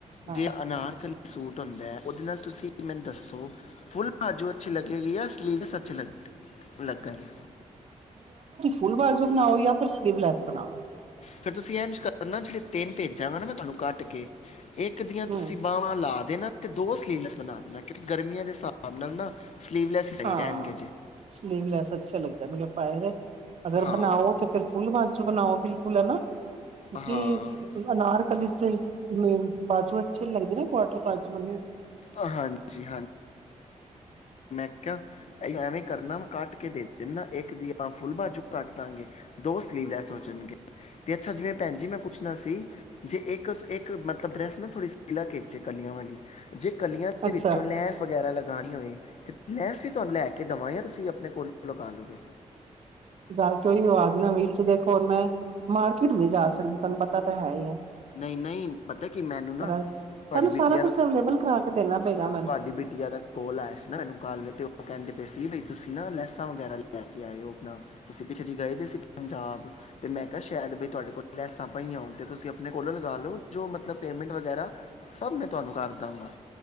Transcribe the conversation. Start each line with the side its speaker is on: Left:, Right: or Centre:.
Right: ਹਾਂ
Left: ਜ ਅਨਾਰ ਕਲ ਸੂਟ ਹੁੰਦਾ ਉਹਦੇ ਨਾਲ ਤੁਸੀਂ ਮੈਨੂੰ ਦੱਸੋ ਫੁੱਲ ਬਾਜੂ ਅੱਛੀ ਲੱ ਅੱਗੇ ਆ ਸਲੀਵਨੈਸ ਅੱਛੀ ਲੱ ਲੱਗਾਗੇ।
Right: ਫੁਲ ਬਾਜ਼ੋ ਬਣਾਓ ਜਾਂ ਫਿਰ ਸਲੀਵਲੈਸ ਬਣਾਓ।
Left: ਫੇਰ ਤੁਸੀਂ ਇੰਝ ਕਰਨਾ ਜਿਹੜੇ ਤਿੰਨ ਭੇਜਾ ਗਾ ਨਾ ਮੈਂ ਤੁਹਾਨੂੰ ਕੱਟ ਕੇ ਇੱਕ ਦੀਆਂ ਤੁਸੀਂ
Right: ਹੂੰ
Left: ਬਾਹਵਾਂ ਲਾ ਦੇ ਨਾ। ਤੇ ਦੋ ਸਲੀਵਲੈਸ ਬਣਾ ਦੇਣਾ ਕਿਉਂਕਿ ਗਰਮੀਆਂ ਦੇ ਹਿਸਾਬ ਨਾਲ ਨਾ ਸਲੀਵਲੈਸ ਹੀ ਸਹੀ
Right: ਹਾਂ,
Left: ਰਹਿਣਗੇ ਜੇ
Right: ਸਲੀਵਲੈਸ ਅੱਛਾ ਲੱਗਦਾ। ਗਰਮੀ ਆ ਪਏਰੇ ਅਗਰ
Left: ਹਾਂ
Right: ਬਣਾਓ ਤੇ ਫਿਰ ਫੁਲ ਬਾਜੂ ਬਣਾਓ ਬਿਲਕੁਲ ਹੈਨਾ,
Left: ਹਾਂ
Right: ਕਿ ਅਨਾਰ ਕਲੀ ਦੇ ਮੇਨ ਬਾਜੂ ਅੱਛੀ ਨਹੀ ਲੱਗਦੀ ਨਾ ਕੁਆਟਰ ਬਾਜੂ
Left: ਹਾਂਜੀ ਕਿ ਐਵੇਂ ਕਰਨਾ ਕੱਟ ਕੇ ਦੇ ਜਿੰਨਾ ਇੱਕ ਦੀ ਆਪਾਂ ਫੁੱਲ ਬਾਜੂ ਕੱਟ ਦਾਂਗੇ। ਦੋ ਸਲੀਵ ਲੈਸ ਹੋਚਣਗੇ, ਤੇ ਅੱਛਾ ਜਿਵੇਂ ਭੈਣ ਜੀ ਮੈਂ ਪੁੱਛਣਾ ਸੀ, ਜੇ ਇੱਕ, ਇੱਕ ਮਤਲਬ ਡਰੈਸ ਨਾ ਥੋੜੀ ਸਿਲਕ ਵਿਚ ਏ ਕਲੀਆਂ ਵਾਲੀ। ਜੇ ਕਲੀਆਂ ਦੇ
Right: ਅੱਛਾ
Left: ਵਿੱਚੋਂ ਲੈਂਸ ਵਗੈਰਾ ਲੱ ਲਾਣੀ ਹੋਏ, ਤੇ ਲੈਂਸ ਵੀ ਤੁਹਾਨੂੰ ਲੈ ਕੇ ਦੱਵਾਂ ਯਾ ਤੁਸੀਂ ਆਪਣੇ ਕੋਲੋਂ ਲਗਾ ਲਓਗੇ।
Right: ਗੱਲ ਤੇਹੀ ਔਈਯੋ ਆਗੀ ਨਾ ਵੀਰ ਜੀ ਦੇਖੋ ਹੂਣ ਮੈਂ ਮਾਰਕੀਟ ਨੀੰ ਜਾ ਸਕਦੀ ਤੁਹਾਨੂੰ ਪਤਾ ਤੇ ਹੈ ਈ ਏ।
Left: ਨਹੀਂ, ਨਹੀਂ ਪਤਾ ਕੀ ਮੈਨੂੰ ਨਾ,
Right: ਤੁਹਾਨੂੰ
Left: ਤੁਹਾਡੀ ਬੇਟੀਆਂ
Right: ਸਾਰਾ ਕੁਛ
Left: ਦਾ
Right: ਅਵੇਲੇਬਲ ਕਰਾ ਕੇ ਦੇਣਾ ਪਏਗਾ
Left: ਤੁਹਾਡੀ
Right: ਮੈਨੂੰ।
Left: ਬੇਟੀਆਂ ਦਾ ਕੋਲ ਆਇਆ ਸੀ ਨਾ ਮੈਨੂੰ ਕੱਲ ਤੇ ਉਹ ਕਹਿੰਦੇ ਪਏ ਸੀ ਬਈ ਤੁਸੀਂ ਨਾ ਲੈਸਾਂ ਵਗੈਰਾ ਲੈ ਕੇ ਆਏਯੋ ਆਪਣਾ ਤੁਸੀਂ ਪਿੱਛੇ ਜਿ ਗਏ ਦੇ ਸੀ ਪੰਜਾਬ ਤੇ ਮੈਂ ਕਿਹਾ ਸ਼ਾਇਦ ਬਈ ਤੁਹਾਡੇ ਕੋਲ ਲੈਸਾਂ ਪਈਆਂ ਹੋਣ ਤੇ ਤੁਸੀਂ ਆਪਣੇ ਕੋਲ ਲਗਾ ਲਓ ਜੋ ਮਤਲਬ ਪੇਮੈਂਟ ਵਗੈਰਾ ਸਭ ਮੈਂ ਤੁਹਾਨੂੰ ਕਰ ਦਾਂਗਾ